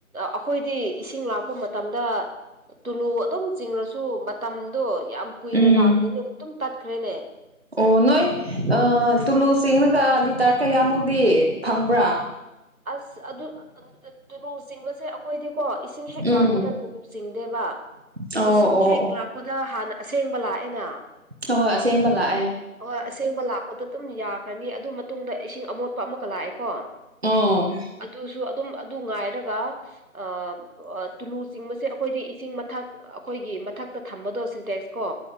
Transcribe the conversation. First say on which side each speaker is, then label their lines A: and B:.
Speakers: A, on the right (about 70°); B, on the right (about 45°).
A: ꯑꯩꯈꯣꯏꯗꯤ ꯏꯁꯤꯡ ꯂꯥꯛꯄ ꯃꯇꯝꯗ ꯇꯨꯂꯨ ꯑꯗꯨꯝ ꯆꯤꯡꯔꯁꯨ ꯃꯇꯝꯗꯣ ꯌꯥꯝ ꯀꯨꯏꯅ
B: ꯎꯝ
A: ꯂꯥꯛꯇꯦꯅꯦ ꯑꯗꯨꯝ ꯇꯠꯈ꯭ꯔꯦꯅꯦ
B: ꯑꯣ ꯅꯣꯏ ꯑ ꯇꯨꯂꯨ ꯆꯤꯡꯔꯒ ꯂꯤꯇꯔ ꯀꯌꯥꯃꯨꯛꯇꯤ ꯐꯪꯕ꯭ꯔꯥ
A: ꯑꯁ ꯑꯗꯨ ꯇꯨꯂꯨ ꯆꯤꯡꯕꯁꯦ ꯑꯩꯈꯣꯏꯗꯤꯀꯣ ꯏꯁꯤꯡ ꯍꯦꯛ
B: ꯎꯝ
A: ꯂꯥꯛꯄꯗ ꯇꯨꯨꯂꯨ ꯆꯤꯡꯗꯦꯕ
B: ꯑꯣ
A: ꯏꯁꯤꯡꯁꯤ
B: ꯑꯣ ꯑꯣ
A: ꯍꯦꯛ ꯂꯥꯛꯄꯗ ꯍꯥꯟꯅ ꯑꯁꯦꯡꯕ ꯂꯥꯛꯑꯦꯅ
B: ꯑꯍꯣꯏ ꯑꯁꯦꯡꯕ ꯂꯥꯛꯑꯦ
A: ꯑꯍꯣꯏ ꯑꯁꯦꯡꯕ ꯂꯥꯛꯄꯗꯣ ꯑꯗꯨꯝ ꯌꯥꯈ꯭ꯔꯅꯤ ꯑꯗꯨ ꯃꯇꯨꯡꯗ ꯏꯁꯤꯡ ꯑꯃꯣꯠꯄ ꯑꯃꯨꯛꯀ ꯂꯥꯛꯑꯦꯀꯣ
B: ꯑꯣ
A: ꯑꯗꯨꯁꯨ ꯑꯗꯨꯝ ꯑꯗꯨ ꯉꯥꯏꯔꯒ ꯑꯝ ꯑ ꯇꯨꯂꯨ ꯆꯤꯡꯕꯁꯦ ꯑꯩꯈꯣꯏꯗꯤ ꯏꯁꯤꯡ ꯃꯊꯛ ꯑꯩꯈꯣꯏꯒꯤ ꯃꯊꯛꯇ ꯊꯝꯕꯗꯣ ꯁꯤꯟꯇꯦꯛꯁ ꯀꯣ